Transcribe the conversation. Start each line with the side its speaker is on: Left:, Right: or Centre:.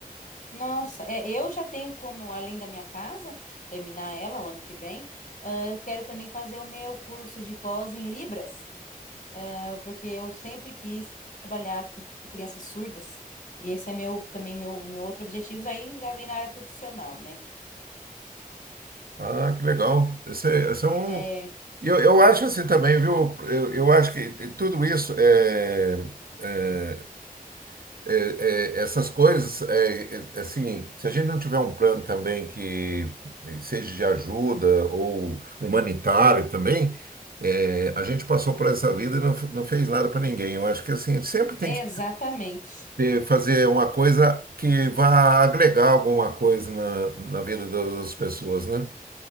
Left: Nossa, é, eu já tenho como, além da minha casa, terminar ela o ano que vem, ah, eu quero também fazer o meu curso de pós em Libras, ah, porque eu sempre quis trabalhar com com crianças surdas, e esse é meu também meu, meu outro objetivo, aí já vem na área profissional, né?
Right: Ah, que legal. Esse, é esse é um...
Left: É,
Right: E Eu, eu acho assim também, viu? Eu, eu acho que tudo isso, é, é, é- é- essas coisas, é, é, assim, se a gente não tiver um plano também que eh, seja de ajuda ou humanitário também, é, a gente passou por essa vida e não, não fez nada para ninguém. Eu acho que assim, sempre tem
Left: exatamente.
Right: que ter- fazer uma coisa que vá agregar alguma coisa na, na vida das pessoas, né?